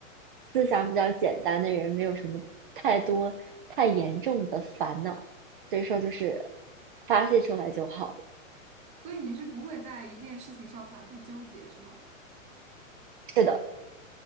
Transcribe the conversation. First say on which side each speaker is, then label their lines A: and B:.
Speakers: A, on the right (about 40°); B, on the right (about 15°).
A: 思想比较简单的人，没有什么太多太严重的烦恼，所以说就是发泄出来就好了。
B: 所以你是不会在一件事情上反复纠结，是吗？
A: 是的，